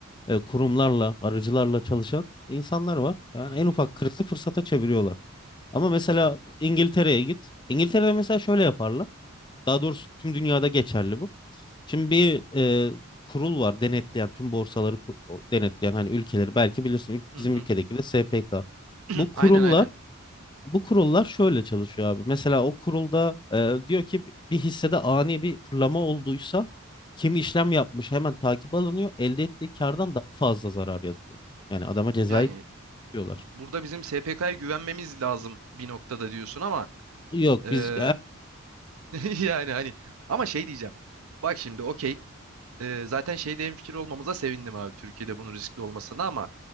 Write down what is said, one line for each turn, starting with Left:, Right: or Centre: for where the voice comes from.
Left: e, kurumlarla arıcılarla çalışan insanlar var yani
Right: Hı hı,
Left: en ufak krizi fırsata çeviriyorlar ama mesela
Right: hı hı,
Left: İngiltere'ye git İngiltere'de mesela şöyle yaparlar daha doğrusu tüm dünyada geçerli bu Şimdi bir e, kurul var denetleyen tüm borsaları ku- o denetleyen hani ülkeleri belki bilirsin ül-
Right: hı
Left: bizim
Right: hı.
Left: ülkedeki de SPK.
Right: <clears throat>
Left: Bu kurullar
Right: Aynen aynen.
Left: bu kurullar şöyle çalışıyor abi. Mesela o kurulda e, diyor ki bir hissede ani bir fırlama olduysa kim işlem yapmış hemen takip alınıyor. Elde ettiği kardan
Right: Hı hı.
Left: daha fazla zarar yazıyor. Yani adama cezayı
Right: Yani
Left: tutuyorlar.
Right: burada bizim SPK'ya güvenmemiz lazım bir noktada diyorsun ama
Left: Yok
Right: eee,
Left: biz
Right: <laughs> yani hani ama şey diyeceğim. Bak şimdi okey e, zaten şeyde hemfikir olmamıza sevindim abi Türkiye'de bunun riskli olmasına ama